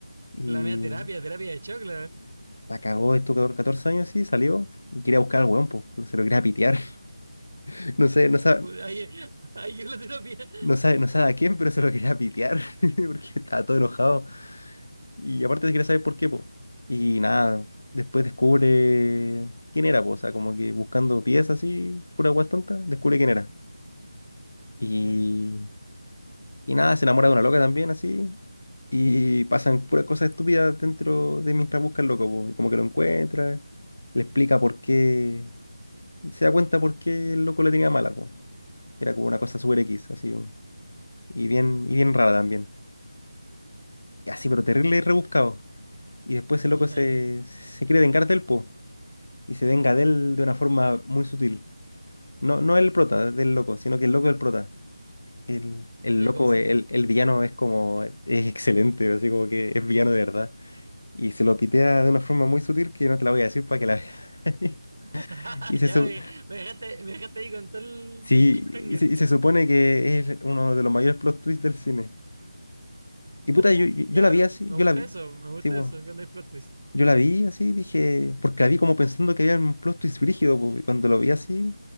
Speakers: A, on the left; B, on the right.
A: y
B: La media terapia, terapia de choc, la
A: la cagó, estuvo 14 años así, salió y quería buscar al weón, po, se lo quería pitear. <laughs> No sé, no sabe,
B: Ahí, ahí llegó la terapia.
A: no sabe, no sabe a quién, pero se lo quería pitear <laughs> porque estaba todo enojado. Y aparte se quería saber por qué, po. Y nada, después descubre quién era, po. O sea, como que buscando piezas así, pura guas tonta, descubre quién era. Y,
B: Ya,
A: y nada, se enamora de una loca también, así. Y pasan puras cosas estúpidas dentro de mientras busca el loco, po. Y como que lo encuentra, le explica por qué, se da cuenta por qué el loco le tenía mala, po. Era como una cosa super X, así. Y bien, y bien rara también. Y así, pero terrible y rebuscado. Y después el loco
B: ya,
A: se, se quiere vengar del po y se venga de él de una forma muy sutil. No, no el prota del loco, sino que el loco del prota. El, el
B: ya,
A: loco,
B: ¿cómo se
A: el,
B: venga?
A: el villano es como, es excelente, así como que es villano de verdad. Y se lo pitea de una forma muy sutil que no te la voy a decir para que la veas. <laughs>
B: <laughs>
A: Y se,
B: ya,
A: su-
B: me, me dejaste, me dejaste ahí con todo el,
A: sí,
B: el cliffhanger.
A: y se, y se supone que es uno de los mayores plot twists del cine. Y puta,
B: Ojo,
A: yo, yo,
B: ya,
A: yo la vi
B: me
A: así, yo
B: gusta
A: la vi.
B: eso, me gusta
A: Sí, pues.
B: eso cuando hay plot twist.
A: Yo la vi así, dije, porque la vi como pensando que había un plot twist brígido, pues, y cuando lo vi así,